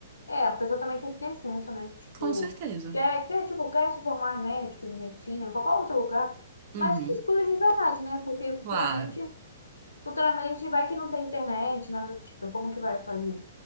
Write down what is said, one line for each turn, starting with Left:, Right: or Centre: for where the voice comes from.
Left: É, a pessoa também tem que ter senso, né? Tipo,
Right: Com certeza.
Left: quer, quer, tipo, quer se formar em médico, em medicina, em qualquer outro lugar,
Right: Uhum,
Left: mas que estude de verdade, né? Porque futuramente
Right: claro,
Left: Futuramente vai que não tem internet, nada do tipo, e como que vai fazer?